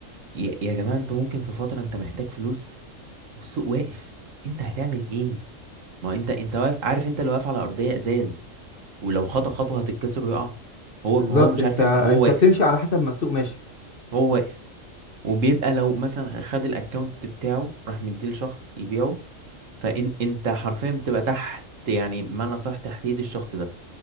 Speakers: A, on the right; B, on the left.
A: ي- يا جماعة انتوا ممكن في فترة انت محتاج فلوس والسوق واقف انت هتعمل ايه ما هو انت انت واقف عارف انت اللي واقف على ارضية ازاز ولو خطأ خطوة هتتكسر ويقع هو
B: بالظبط
A: هو مش
B: انت
A: عارف يعمل
B: انت
A: هو واقف
B: بتمشي على حسب ما السوق ماشي
A: هو واقف وبيبقى لو مثلا خد الاكونت بتاعه راح مديه لشخص يبيعه فان انت حرفيا بتبقى تحت يعني بمعنى صح تحت ايد الشخص ده